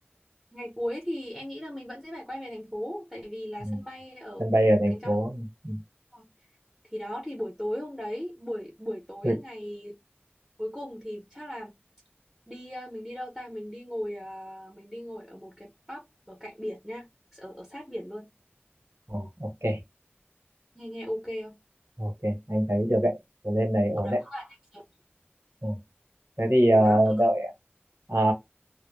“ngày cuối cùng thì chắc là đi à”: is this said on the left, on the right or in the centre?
Centre